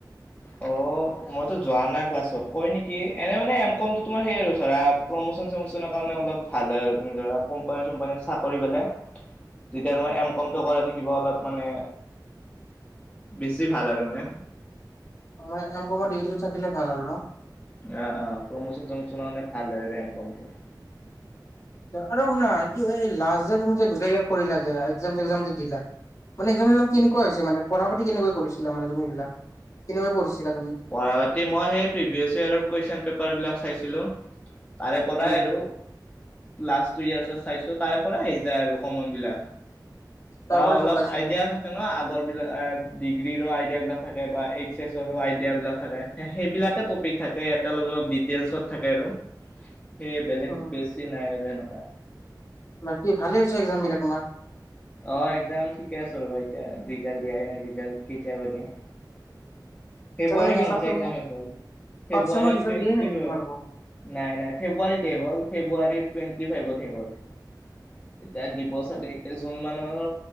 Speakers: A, on the left; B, on the left.
A: <inaudible>
B: অ' মইতো যোৱা নাই ক্লাছত, কয় নেকি? এনে মানে এম কম তোমাৰ আৰু প্ৰমোচন চমোচনৰ কাৰণে অলপ ভাল হয় আৰু, তুমি ধৰা কোম্পানী চোম্পানী চাকৰি পালে, যেতিয়া তোমাৰ এ কামটো কৰা থাকিব, অলপ মানে বেছি ভাল আৰু মানে।
A: অ', মানে মোক মোৰ ডিগ্ৰীটো থাকিলে ভাল আৰু ন'।
B: অ', অ', প্ৰমোচন চমোচনৰ কাৰণে ভাল হয় আৰু ৰেম কমটো।
A: আৰু শুনা কি হয়, এই লাষ্ট যে তুমি যে দুটা ইয়াৰ কৰিলা যে, একাম চেকজাম যে দি দিলা। মানে একজাম চেকজাম কেনেকুৱা হৈছে মানে, পঢ়া পাতি কেনেকুৱা কৰিছিলা মানে তুমি। এইবিলাক কেনেকুৱা পঢ়িছিলা তুমি!
B: পঢ়া পাতি মই সেই প্ৰিভিয়াছ ইয়েৰ কুৱেশচন পেপাৰবিলাক চাইছিলোঁ, তাৰে পৰাই
A: উম
B: আৰু। লাষ্ট টু ইয়াৰ্চত চাইছোঁ, তাৰে পৰাই আহি যায় আৰু কমন বিলাক।
A: তাৰ
B: অ',
A: পৰাই
B: অলপ
A: চব পাইছা
B: আইডিয়া
A: আৰু
B: থাকে আগৰ বিলাক, ডিগ্ৰীৰো আইডিয়া বিলাক থাকে, বা এইচ এছৰো আয় বিলাক থাকে, সেইবিলাকে টপিক থাকে, অলপ অলপ ডিটেইলছত থাকে আৰু। সেই, বেলেগ
A: উম
B: বেছি নাই আৰু তেনেকুৱা।
A: বাকী ভালেই হৈছে, এক্জাম বিলাক তোমাৰ।
B: অ', একজাম ঠিকে আছ ৰ'বা, এতিয়া ৰিজাল্ট দিয়াই নাই, ৰিজাল্ট কেতিয়াবা দিয়ে। ফেব্ৰুৱাৰী
A: তাৰমানে কি
B: মানতে
A: ফাৰ্ষ্ট চেমৰ
B: একজাম শেষ হৈ গ'ল।
A: ফাৰ্ষ্ট
B: ফেব্ৰুৱাৰী
A: চেমৰ ৰিজাল্ট
B: টুৱেটি
A: দিয়ে নাই নেকি
B: ফ
A: তোমালোকক?
B: নাই নাই, ফেব্ৰুৱাৰীতে শেষ হ'ল। ফেব্ৰুৱাৰী টুৱেন্টি ফাইভতেই শেষ হ'ল। এতিয়া দিব চাগে, এতিয়া জুন মানৰ